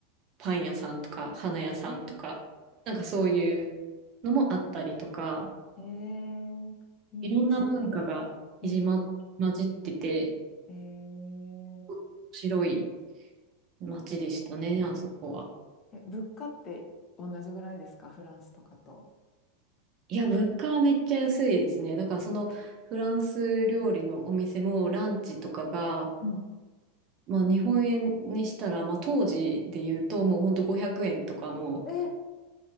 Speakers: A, on the right; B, on the left.
A: パン屋さんとか花屋さんとか、
B: あ
A: なんかそういうのもあったりとか、
B: ー、えー、いいですね。
A: いろんな文化がいじま、
B: うん。
A: 混じってて、
B: えー、
A: 面白い街でしたね、あそこは。
B: え、物価って同じぐらいですかフランスとかと。
A: いや、物価はめっちゃ安いですね。だからそのフランス料理のお店もランチとかが、
B: うん。
A: まあ日本円にしたら、まあ当時で言うともうほんと500円とかの
B: えー、